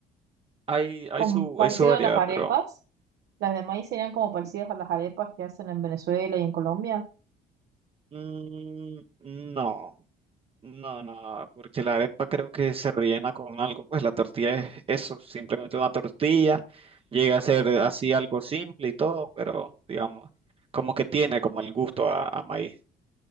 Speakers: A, on the right; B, on the right.
A: Hay, hay
B: Como
A: su,
B: parecido
A: hay su variedad,
B: a las arepas.
A: pero
B: Las de maíz serían como parecidas a las arepas que hacen en Venezuela y en Colombia.
A: mm, no, no, no, porque la arepa creo que se rellena con algo, pues la tortilla es eso, simplemente una tortilla, llega a ser así algo simple y todo, pero digamos, como que tiene como el gusto a, a maíz.